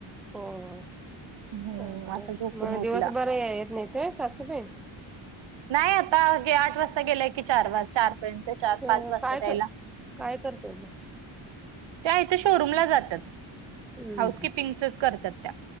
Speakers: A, in the centre; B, on the right.
A: हो हो चालतंय,
B: हम्म आता झोपून
A: म
B: उठला
A: दिवस बर या येत नाही ते सासूबाई?
B: नाही आता आठ वाजता गेलाय, की चार, वाज चार पर्यंत चार
A: अ
B: पाच वाजता
A: काय
B: दयायला
A: कर काय करते मग
B: त्या इथे शोरूमला जातात
A: हम्म
B: हाऊस
A: हम्म
B: किपिंगचच करतात त्या